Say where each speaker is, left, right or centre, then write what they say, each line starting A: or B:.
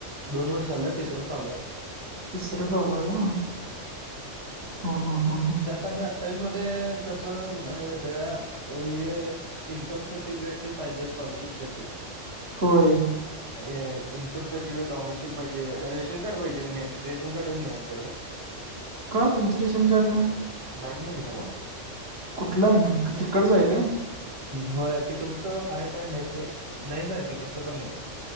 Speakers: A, on the right; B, on the right.
A: दोन वर्ष झाल तिसरं चालू आहे आता
B: तिसरं चालु हाय का ह ह ह ह
A: त्यांनी अठ्ठावीस मध्ये कसं माहित हाय काय हे इन्कम सर्टिफिकेट तेनं पाहिजे स्कॉलरशिप साठी
B: होय.
A: हे इनकम सर्टिफिकेट डॉमिशियल पाहिजे. रेशन कार्ड पाहिजे मेन रेशन कार्डच नाही आमच्याकडं.
B: का तुमच रेशन कार्ड नाही?
A: नाहीये रे बाळा.
B: कुठला आहे, मग तीकडचं आहे काय?
A: होय तिकडचं आहे काय माहित नाही. नाहीच आहे तिकडचं पण नाही.